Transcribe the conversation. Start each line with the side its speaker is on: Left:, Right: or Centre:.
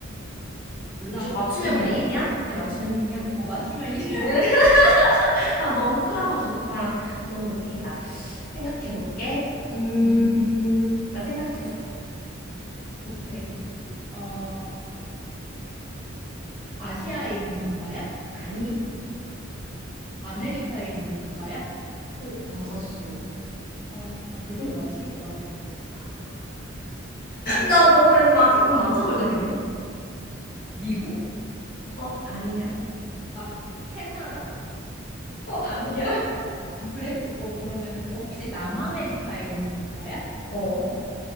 Centre: 몰라.
Left: 그냥 맞추면
Centre: 그냥
Left: 그냥 1이야? 그냥 맞추면 1이야?
Centre: 어, 맞추면 이래.
Left: 네. <laughs> 아, 너무 크라고 좋다. 너무 웃긴다.
Centre: <laughs>
Left: 생각해볼게. 음,
Centre: 음,
Left: 나 생각했어.
Centre: 오케이. 어, 아시아에 있는 국가야?
Left: 아니,
Centre: 아메리카에 있는 국가야?
Left: 오, 맞았어.
Centre: 아, 나 벌써
Left: <laughs>
Centre: 맞출 것 같아.
Left: 나 너 왠지 맞출 거면 맞춰볼래, 그냥?
Centre: 미국?
Left: 어, 아니야.
Centre: 아, 캐나다?
Left: 어, 아니야. <laughs>
Centre: 아, 그래? 그- 어, 그러면 혹시 남아메리카에 있는 국가야?
Left: 어,